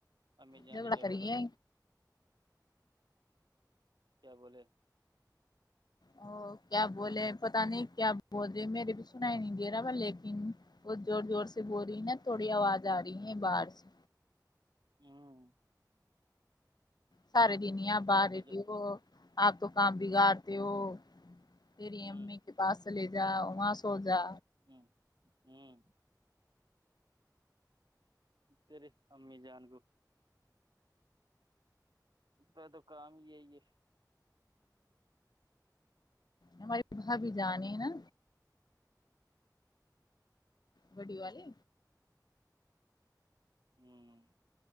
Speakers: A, on the right (about 80°); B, on the left (about 70°).
A: امی جان
B: جھگڑا
A: نے کیا
B: کریے
A: بولا کیا بولے
B: او کیا بولے پتا نہیں کیا بول رہے میرے بھی سن ہی نہیں دے رہا لیکن ب زور زور سے بول رہی ہے نا تھوڑی آواز آ رہی ہے باہر سے
A: ہوں
B: سارے دن آ ب
A: ارب
B: آ رہی
A: بج
B: تھی وہ آپ تو کام بگاڑتے ہو تیری
A: ہوں
B: امی کے پاس سے لے جاؤ وہاں سو جا
A: ہاں ہاں تریے امی جان کو پا تو کام ہی یہی ہے
B: ہمارے بھابھی جان نے نا بڑی والی
A: ہوں